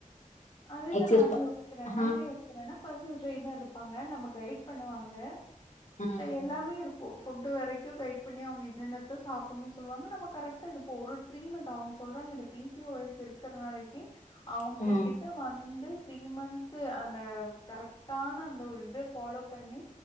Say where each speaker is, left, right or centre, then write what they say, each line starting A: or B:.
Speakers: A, on the left; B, on the left.
A: அதேத்தா
B: எக்சைஸ்
A: நானு
B: ப
A: யோசிக்கிறே
B: ஆ
A: நா என்ன யோஸ்கீறே ன்னா பர்சனல் ட்ரைனர் இருப்பாங்க நம்ம கைட் பண்ணுவாங்க
B: ம்
A: எல்லாமே இரு கு ஃபுட்டு வரைக்கு கைட் பண்ணி அவுங்க இன்இன்னத்த சாப்பிணுனு சொல்லுவாங்க நம்ம கரெக்டா இருப்போ ஒரு ப்ரீ மந்த் அவுங்க சொல்றாங்க இந்த பி சி ஓ எஸ் இருக்குற நாளைக்கு அவங்க
B: ம்
A: கிட் ட வந்து த்ரீ மந்த் அந்த கரெக்ட்டான அந்த ஒரு இத ஃபாலோ பண்ணி